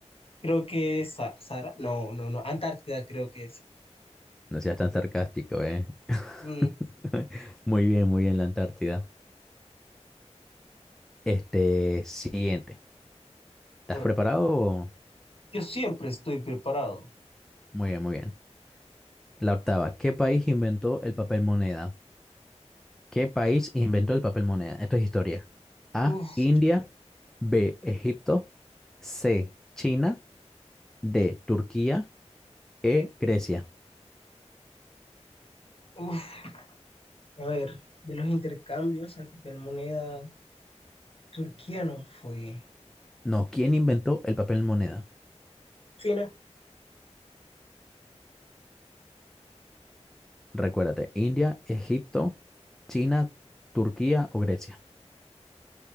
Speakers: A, on the left; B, in the centre.
A: Creo que es Sa- Sara. No, no, no. Antártida creo que es.
B: No seas tan sarcástico, ¿eh? <laughs>
A: Mm,
B: Muy bien, muy bien, la Antártida. Este, siguiente. ¿Estás
A: a ver.
B: preparado?
A: Yo siempre estoy preparado.
B: Muy bien, muy bien. La octava. ¿Qué país inventó el papel moneda? ¿Qué país inventó el papel moneda? Esto es historia. A,
A: Uf,
B: India. B, Egipto. C, China. D, Turquía. E, Grecia.
A: uf. A ver, de los intercambios al papel moneda, Turquía no fue.
B: No, ¿quién inventó el papel moneda?
A: China,
B: Recuérdate, India, Egipto, China, Turquía o Grecia.